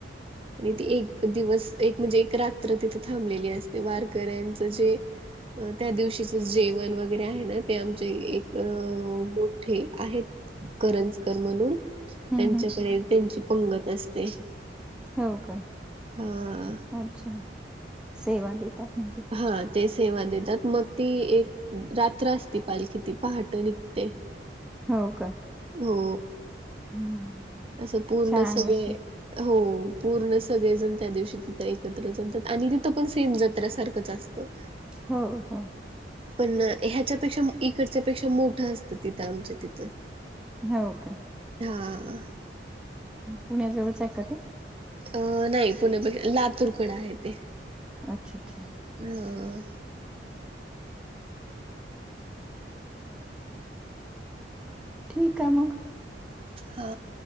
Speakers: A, on the right; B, in the centre.
A: आणि ती एक दिवस एक म्हणजे एक रात्र तिथ थांबलेली असते वारकऱ्यांच तर जे अ त्या दिवशीच जेवण वगैरे आहे ना ते आमचे एक अ मोठे आहेत. करंजकर म्हणून
B: हम्म
A: त्यांच्याकडे
B: हम्म
A: त्यांची पंगत असते
B: हो का
A: हा
B: अच्छा सेवा देतात म्हणजे
A: हा. ते सेवा देतात मग ती एक रात्र असती पालखी ती पहाटे निघते.
B: हो का.
A: हो.
B: हम्म.
A: असं पूर्ण
B: छान
A: सगळे
B: वाटते
A: हो पूर्ण सगळेजण त्या दिवशी तिथं एकत्र जमतात आणि तिथं पण सेम जत्र सारखंच असतं. ह.
B: हो हो.
A: पण ह्याच्यापेक्षा इकडच्या पेक्षा मोठं असतं तिथं आमच्या तिथं
B: हो का.
A: हा.
B: पुण्याजवळच आहे का ते
A: अं नाही पुण्यापेक्षा लातूरकड आहे ते
B: अच्छा अच्छा
A: अ
B: ठीक आहे मग
A: हा.